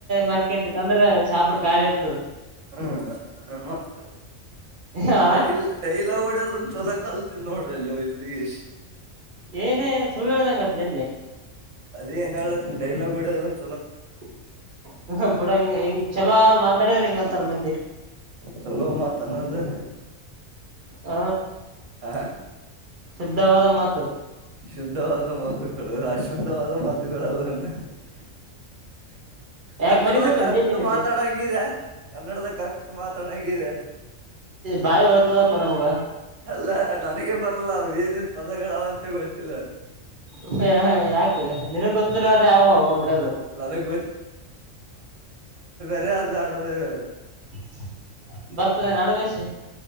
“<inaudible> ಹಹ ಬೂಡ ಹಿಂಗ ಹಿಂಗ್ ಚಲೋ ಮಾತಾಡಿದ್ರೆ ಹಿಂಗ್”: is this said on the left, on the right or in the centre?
Right